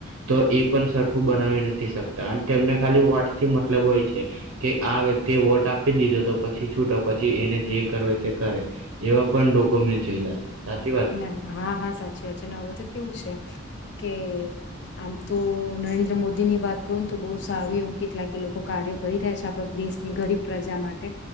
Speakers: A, on the right; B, on the left.
A: તો એ સરખું બનાવી નથી શકતા અને તેમને ખાલી વોટ થી મતલબ હોય છે. કે આ વ્યક્તિ તે વોટ આપી દીધો હતો પછી. છૂટ્યા પછી એને જે કરો તે કરે એવા પણ લોકો મેં જોયેલા છે. સાચી વાત
B: ના
A: ને
B: હા, હા, સાચી વાત છે. ને હવે તો કેવું છે. કે આમ તો નરેન્દ્ર મોદી ની વાત કરું ને તો બહુ સારું એવું કેટલાક એ લોકો કાર્યો કરી રહ્યા છે આપડ દેશની ગરીબ પ્રજા માટે